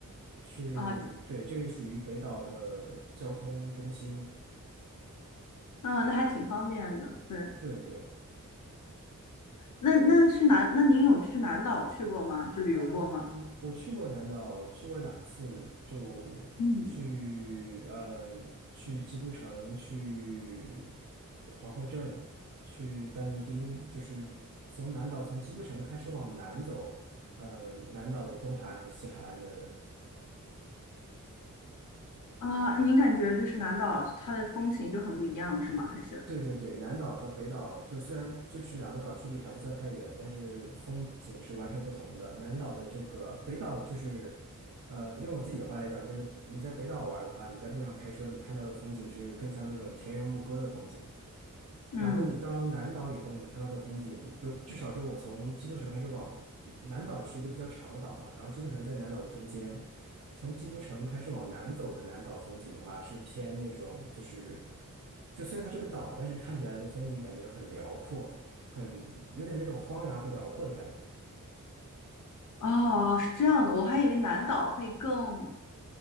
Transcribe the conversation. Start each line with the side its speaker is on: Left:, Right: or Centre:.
Right: 是，
Left: 啊
Right: 对，这里属于北岛的交通中心。
Left: 啊，那还挺方便的，对。
Right: 对对，
Left: 那那是南，那您有去南岛去过吗？就旅游过吗？
Right: 嗯，我去过南岛，去过两次，就去，
Left: 嗯，
Right: 嗯，去基督城，去皇后镇，去丹尼丁，就是从南岛从基督城开始往南走，呃，南岛的东海岸和西海岸的
Left: 啊，您感觉就是南岛它的风情就很不一样，是吗？还是？
Right: 对对对，南岛和北岛就虽然就是两个岛距离还不算太远，但是风景是完全不同的。南岛的这个北岛就是，呃，用我自己的话来讲，就是你在北岛玩儿的话，你在路上开车，你看到的风景是更像那种田园牧歌的风景。
Left: 嗯，
Right: 然后你到南岛以后，你看到的风景，就至少说，我从基督城开始往南岛是一个比较长的岛嘛，然后基督城在南岛的中间，从基督城开始往南走的南岛风景的话，是偏那种就是，就虽然它是个岛，但是看起来的风景感觉很辽阔，很有点那种荒凉和辽阔的感觉。
Left: 哦，是这样的，我还以为南岛会更，